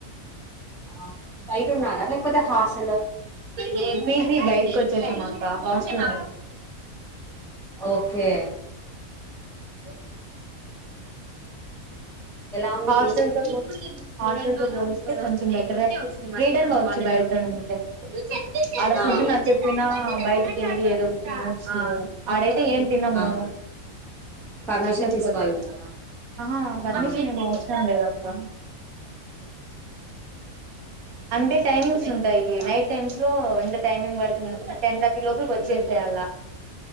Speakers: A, in the centre; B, on the right (about 75°).
A: ఆ బైటున్నారా లేకపోతే హాస్
B: లే పిజి బైటిక్ వచ్చేసామక్క హాస్టల్
A: ఓకే
B: స
A: ఎలా ఉంది
B: హాస్టల్తో
A: పీజీ
B: పో హస్టల్తో పోలిస్తే కొంచెం బెటరె ఫ్రీడంగావచ్చు బైటుంటే ఆడ
A: ఆ
B: ఫుడ్ నచ్చక్పోయిన బయటికెళ్ళి ఏదో ఒకటి తినచ్చు. ఆడై తే ఏం తినము
A: ఆ పర్మిషన్
B: నచ్చక్పోతే
A: తీసుకోవాలా అక్కడ
B: అహా బర్శి
A: ఆ
B: ప్రశ్న లేదప్ప అంటే టైమింగ్స్ ఉంటాయి నైట్ టైమ్స్లో ఇంత టైమింగ్ వరకు టెన్ థర్టీ లోపల్కొచ్చేస్ సేయాలా